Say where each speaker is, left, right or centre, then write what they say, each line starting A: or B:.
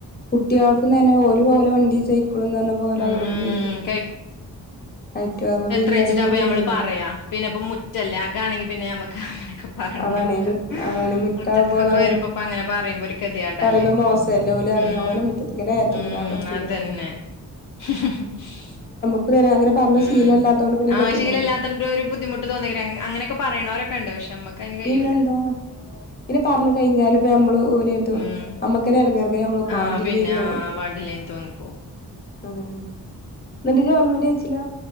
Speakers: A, on the left; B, on the left.
A: കുട്ടികൾക്കും തന്നെ ഓല് ഓലെ വണ്ടി സൈക്കളും പറഞ്ഞ പോലെ
B: ഉം
A: അതോണ്ട്
B: ഉം
A: വരും കയറ്റും അപ്പൊ
B: എത്രയിച്ചിട്ടാ
A: പിന്നെ അതും
B: അപ്പ
A: ഒരു ഗതികേടാണ്
B: ഞമ്മള് പറയാ പിന്നെ ഇപ്പം മുറ്റല്ലേ അകാണെങ്കിൽ പിന്നെ നമ്മക്ക് അങ്ങനൊക്കെ പറഞോക്ക
A: അതാണ് മു അതാണ് മുറ്റാകുമ്പോളാണ്
B: മുറ്റത്ത്ക്കൊക്കെ വരുമ്പോപ്പം അങ്ങനെ പറയ കെതേയാടല്ലേ
A: പറയുമ്പോ മോശല്ലേ ഓല് പറയും
B: ഉം
A: ഓലെ മുറ്റത്ത്ക്കന്നെ കേറ്റൂല
B: ഉം
A: പറ്റൂല
B: അതന്നെ
A: പറയും
B: ഹ്മ്മ് ഹ്മ്മ് ഹ്മ്മ്
A: <unintelligible> അങ്ങനെ പറഞ്ഞ്
B: ഉം
A: ശീലല്ലാത്തോണ്ട് പിന്നെ
B: ആഹ്
A: ഗതികേടാണ്
B: ശീലല്ലാത്തിനന്റെ ഒരു ബുദ്ധിമട്ട് തോന്നിക്ക അങ്ങനെയൊക്കെ പറയണവരൊക്കെ ഉണ്ട് പക്ഷെ നമ്മക്ക് അതിന് കഴിയൂല
A: പിന്നെന്താ പിന്നെ പറഞ്ഞ കഴിഞ്ഞാല് നമ്മള് ഓലിയെത്
B: ഉം
A: നമ്മുക്കന്നെ ഇടങ്ങാറക്കെ നമ്മള് പാണ്ടില്ലേനു
B: ആ പിന്നെ ആ
A: ന്ന്
B: വേണ്ടില്ലേന്ന് തോന്നിപ്പോവും
A: ഉം എന്നിട്ട് ജി ഓല്ലന്റെ എച്ചില്ല